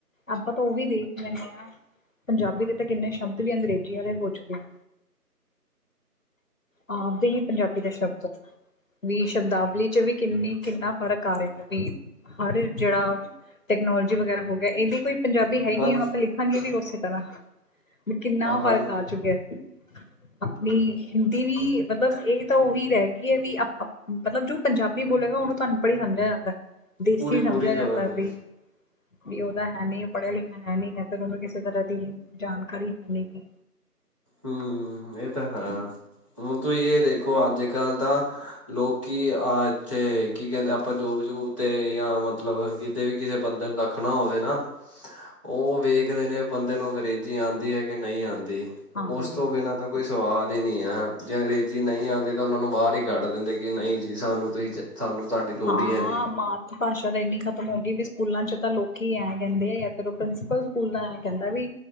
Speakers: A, on the left; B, on the right.
A: ਆਪਾਂ ਤਾਂ ਉਹ ਵੀ ਦੇਖ ਮੈਨ ਆ। ਪੰਜਾਬੀ ਦੇ ਤਾਂ ਕਿੰਨੇ ਸ਼ਬਦ ਵੀ ਅੰਗਰੇਜ਼ੀ ਵਾਲੇ ਹੋ ਚੁੱਕੇ ਆ। ਆਪਦੇ ਹੀ ਪੰਜਾਬੀ ਦਾ ਸ਼ਬਦ ਵੀ ਸ਼ਬਦਾਵਲੀ ਚ' ਵੀ ਕਿੰਨੀ, ਕਿੰਨਾ ਫ਼ਰਕ ਆ ਰਿਹਾ ਹੈ। ਵੀ ਹਰ ਜਿਹੜਾ ਟੈਕਨੋਲੋਜੀ ਵਗੈਰਾ ਹੋ ਗਿਆ। ਇਹਦੀ ਕੋਈ ਪੰਜਾਬੀ ਹੈ ਨੀ।
B: ਹਾਂ
A: ਆਪਾਂ ਲਿਖਾਂਗੇ ਵੀ ਉਸੇ ਤਰ੍ਹਾਂ ਕਿੰਨਾ ਫ਼ਰਕ
B: ਹਾਂਜੀ
A: ਆ ਚੁੱਕਿਆ। ਆਪਣੀ ਦੀ ਵੀ ਮਤਲਬ ਇਹ ਤਾਂ ਉਹੀ ਰਹਿ ਗਈ ਹੈ ਵੀ ਮਤਲਬ, ਜੋ ਪੰਜਾਬੀ ਬੋਲੇਗਾ ਉਹਨੂੰ ਤੁਹਾਨੂੰ ਅਨਪੜ੍ਹ ਸਮਝਿਆ ਜਾਂਦਾ। ਦੇਸੀ
B: ਪੂਰੀ
A: ਸਮਝਿਆ
B: ਪੂਰੀ
A: ਜਾਂਦਾ
B: ਤਰ੍ਹਾਂ ਜੀ
A: ਪਈ। ਵੀ ਉਹ ਤਾਂ ਹੈ ਨਹੀਂ, ਪੜ੍ਹਿਆ- ਲਿਖਿਆ ਹੈ ਨਹੀਂ, ਹੈ ਫਿਰ ਉਹਨੂੰ ਕਿਸੇ ਤਰ੍ਹਾਂ ਦੀ ਜਾਣਕਾਰੀ ਹੈ ਨਹੀਂ।
B: ਹਮ। ਇਹ ਤਾਂ ਹੈ। ਹੁਣ ਤੁਸੀਂ ਇਹ ਦੇਖੋ ਅੱਜ ਕੱਲ੍ਹ ਤਾਂ ਲੋਕ ਆਹ ਇੱਥੇ ਕੀ ਕਹਿੰਦੇ ਆਪਾਂ ਜੋਬ- ਜੂਬ ਤੇ ਜਾਂ ਮਤਲਬ ਮਤਲਬ ਕਿਤੇ ਵੀ ਕਿਸੇ ਬੰਦੇ ਨੂੰ ਦੱਖਣਾ ਹੋਵੇ ਨਾ ਉਹ ਵੇਖਦੇ ਨੇ ਬੰਦੇ ਨੂੰ ਅੰਗਰੇਜ਼ੀ ਆਉਂਦੀ ਹੈ ਕਿ ਨਹੀਂ ਆਉਂਦੀ।
A: ਹਾਂ ਹਾਂ
B: ਉਸ ਤੋਂ
A: ਹਾਂ।
B: ਬਿਨਾਂ ਤਾਂ ਕੋਈ ਸਵਾਦ ਹੀ ਨਹੀਂ ਆ। ਜੇ ਅੰਗਰੇਜ਼ੀ ਨਹੀਂ ਆਉਂਦੀ ਤਾਂ ਉਹਨਾਂ ਨੂੰ ਬਾਹਰ ਹੀ ਕੱਢ ਦਿੰਦੇ ਕਿ ਨਹੀਂ ਜੀ ਸਾਨੂੰ ਤੁਸੀਂ ਚ ਸਾਨੂੰ ਤਹਾਡੀ ਲੋੜੀ
A: ਹਾਂ
B: ਹੈਨੀ।
A: ਮਾਤ ਭਾਸ਼ਾ ਤਾਂ ਇਨੀ ਖਤਮ ਹੋ ਗਈ ਵੀ ਸਕੂਲਾਂ 'ਚ ਤਾਂ ਲੋਕੀ ਐਂ ਕਹਿਦੇ ਆ। ਫਿਰ ਉਹ ਪ੍ਰਿੰਸੀਪਲ ਸਕੂਲ ਦਾ ਐਂ ਕਹਿਦਾ ਵੀ